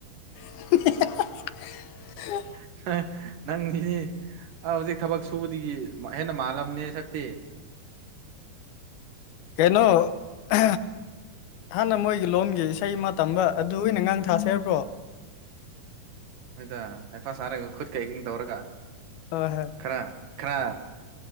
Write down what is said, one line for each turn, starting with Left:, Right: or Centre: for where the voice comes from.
Left: <unintelligible>
Right: <unintelligible> ꯅꯪꯗꯤ ꯑ ꯍꯧꯖꯤꯛ ꯊꯕꯛ ꯁꯨꯕꯗꯒꯤ ꯃ ꯍꯦꯟꯅ ꯃꯥꯜꯂꯕꯅꯦ ꯁꯛꯇꯤ
Left: ꯀꯩꯅꯣ <unintelligible> ꯍꯥꯟꯅ ꯃꯣꯏꯒꯤ ꯂꯣꯟꯒꯤ ꯏꯁꯩ ꯑꯃ ꯇꯝꯕ ꯑꯗꯨ ꯑꯣꯏꯅ ꯉꯥꯡꯊꯁꯦ ꯍꯥꯏꯕ꯭ꯔꯣ
Right: ꯍꯣꯏꯗ ꯍꯩꯄ ꯁꯥꯔꯒ ꯈꯨꯠ ꯑꯦꯛꯇꯤꯡ ꯇꯧꯔꯒ
Left: <unintelligible>
Right: ꯈꯔ ꯈꯔ